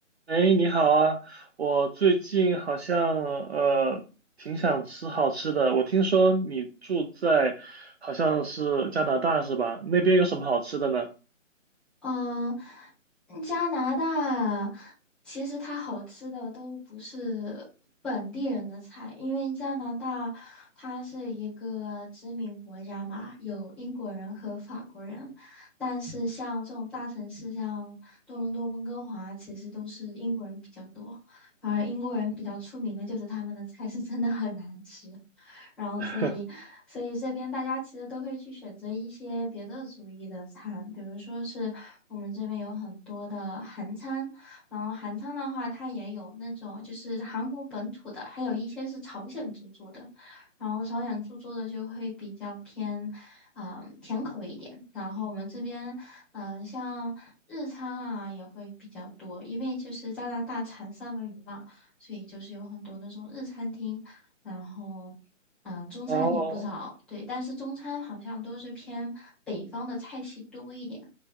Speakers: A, on the right (about 55°); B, in the centre.
A: 哎，你好啊！我最近好像呃挺想吃好吃的。我听说你住在好像是加拿大是吧？那边有什么好吃的呢？
B: 嗯，加拿大其实它好吃的都不是本地人的菜，因为加拿大它是一个殖民国家嘛，有英国人和法国人，但是像这种大城市，像多伦多、温哥华，其实都是英国人比较多，而英国人比较出名的就是他们的菜是真的很难吃，然后所以所以这边大家其实都会去选择一些别的族裔的餐，
A: <laughs>
B: 比如说是我们这边有很多的韩餐，然后韩餐的话，它也有那种就是韩国本土的，还有一些是朝鲜族做的，然后朝鲜族做的就会比较偏，啊甜口一点。然后我们这边，嗯、像日餐啊也会比较多，因为就是加拿大产三文鱼嘛，所以就是有很多那种日餐厅，然后。嗯，中餐也不少，
A: 哦，
B: 对，但是中餐好像都是偏北方的菜系多一点，